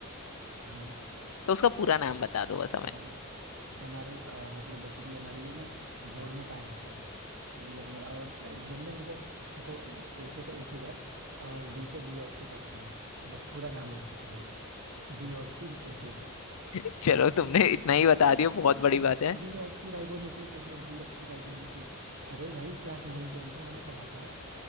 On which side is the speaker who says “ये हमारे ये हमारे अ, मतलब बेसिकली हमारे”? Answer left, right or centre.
Right